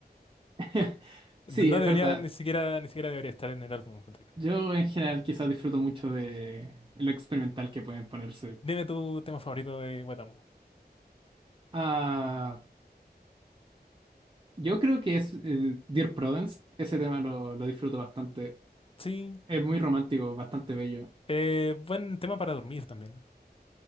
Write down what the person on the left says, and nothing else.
No
debería,
ni siquiera, ni siquiera debería estar en el álbum, encuentro yo.
Dime tu tema favorito de Guatambo.
Sí,
eh, buen tema para dormir también.